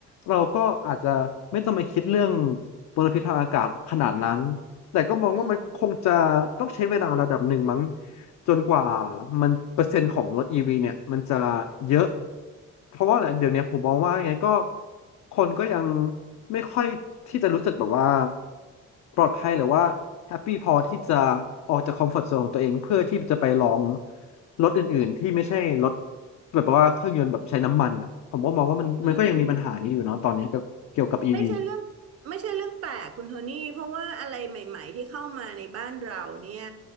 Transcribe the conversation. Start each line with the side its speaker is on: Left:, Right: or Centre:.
Left: เราก็อาจจะไม่ต้องมาคิดเรื่องมลพิษทางอากาศขนาดนั้นแต่ก็มองว่ามันคงจะต้องใช้เวลาระดับหนึ่งมั้ง
Right: อืม
Left: จนกว่ามันเปอร์เซ็นต์ของรถอีวีเนี่ยมันจะเยอะเพราะว่าอะไรเดี๋ยวเนี้ยผมมองว่ายังไงก็คนก็ยังไม่ค่อยที่จะรู้สึกแบบว่าปลอดภัยหรือว่าแฮปปี้พอที่จะออกจากคอมฟอร์ z โซนของตัวเองเพื่อที่จะไปลองรถอื่นๆที่ไม่ใช่รถแบบว่าเครื่องยนต์แบบใช้น้ำมันอะผมก็มองว่ามันมันก็ยังมีปัญหานี้อยู่เนาะตอนนี้เกี่ยวเกี่ยวกับอีวี
Right: อืม ไม่ใช่เรื่องไม่ใช่เรื่องแปลกคุณโทนี่เพราะว่าอะไรใหม่ๆที่เข้ามาในบ้านเราเนี่ย